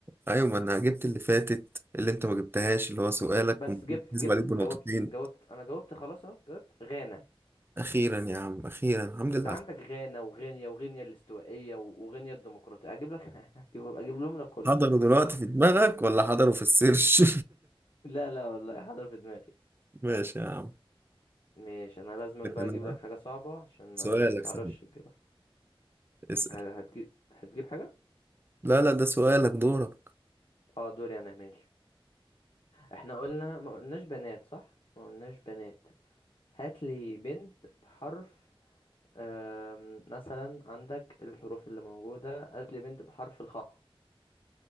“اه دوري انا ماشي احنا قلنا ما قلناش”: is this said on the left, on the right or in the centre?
Left